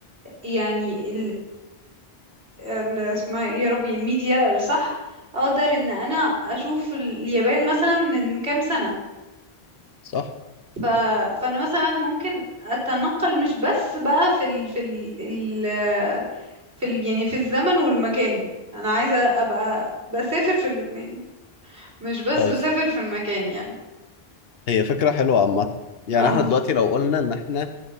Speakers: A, on the right; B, on the left.
A: يعني السماعي ربي الميديا الصح أدر إن أنا أشوف اليابان مثلاً من كم سنة
B: صح
A: فا فأنا مثلاً ممكن التنقل مش بس بقى في ال في ال ال... في ال يعني في الزمن والمكان أنا عايز أبقى بس سافر في الاثنين مش بس
B: طيب
A: بسافر في المكان يعني
B: هي فكرة حلوة عامة يعني
A: أوه
B: احنا دلوقتي لو قلنا ان احنا